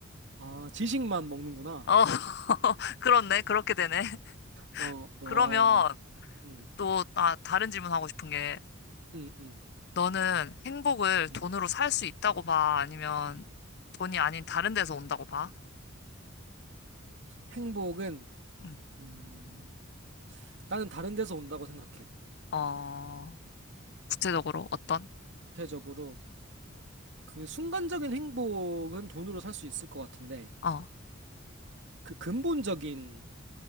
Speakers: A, on the right (about 60°); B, on the left (about 55°).
A: 아, 지식만 먹는구나.
B: 어, <laughs> 그렇네. 그렇게 되네. <laughs>
A: 어, 와.
B: 그러면
A: 음.
B: 또, 아, 다른 질문 하고 싶은 게,
A: 음, 음.
B: 너는 행복을
A: 음.
B: 돈으로 살 수 있다고 봐? 아니면 돈이 아닌 다른 데서 온다고 봐?
A: 행복은
B: 음.
A: 음. 나는 다른 데서 온다고 생각해.
B: 어, 구체적으로 어떤?
A: 대체적으로 그 순간적인 행복은 돈으로 살 수 있을 것 같은데
B: 어,
A: 그 근본적인